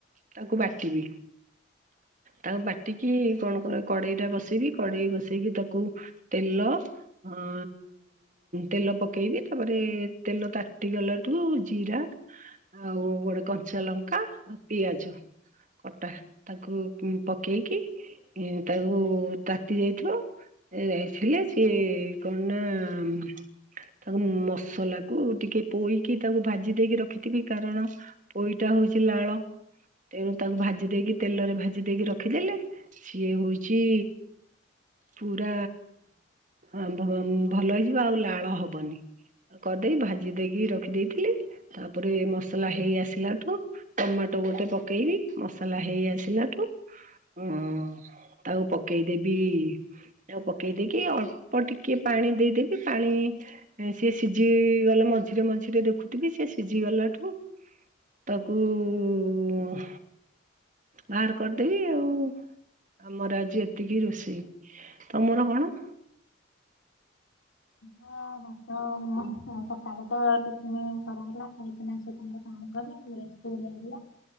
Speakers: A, on the right; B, on the left.
A: ତାକୁ ବାଟିବି। ତାକୁ ବାଟିକି କଣ କ କଡେଇ ଟା ବସେଇବି କଡେଇ ବସେଇକି ତାକୁ ତେଲ। ହଁଆ ତେଲ ପକେଇବି ତାପରେ ତେଲ ତାଟିଗଲାଠୁ ଜିରା। ଆଉ ଗୋଟେ କଞ୍ଚା ଲଙ୍କା ଆଉ ପିଆଜ। କଟା ତାକୁ ଉଁ ପକେଇକି ତାକୁ ତାତି ଯାଇଥିବ। ଏ ଆଇ ଥିଲେ ସିଏ କଣ ନା। ତାକୁ ମସଲାକୁ ଟିକେ ପୋଇକି ତାକୁ ଭାଜି ଦେଇକି ରଖିଥିବି କାରଣ ପୋଇଟା ହଉଚି ଲାଳ। ତେଣୁ ତାକୁ ଭାଜି ଦେଇକି ତେଲରେ ଭାଜି ଦେଇକି ରଖିଦେଲେ ସିଏ ହଉଚି ପୁରା ଆ ଭ ଭଲ ହେଇଯିବ ଆଉ ଲାଳ ହବନି। କରିଦେଇ ଭାଜି ଦେଇକି ରଖିଦେଇଥିଲି। ତାପରେ ମସଲା ହେଇ ଆସିଲାଠୁ ଟମା ଟ ଗୋଟେ ପକେଇବି ମସଲା ହେଇ ଆସିଲାଠୁ। ହଁଅ ତାକୁ ପକେଇଦେବି। ତାକୁ ପକେଇ ଦେଇକି ଅଳ୍ପ ଟିକେ ପାଣି ଦେଇଦେବି ପାଣି ସିଏ ସିଜିଇ ଗଲେ ମଝିରେ ମଝିରେ ଦେଖୁଥିବି ସିଏ ସିଝିଗଲାଠୁ ତାକୁଉ ଉ ବାହାର କରିଦେବି ଆଉ। ଆମର ଆଜି ଏତିକି ରୋଷେଇ ତମର କଣ?
B: ହଁ ହଁ ହଁ ମ ସକାଳେ ତ ଆ ଟିଫିନି କରା ହେଲା ଖାଇକିନା ସେ ଗଲେ। <unintelligible>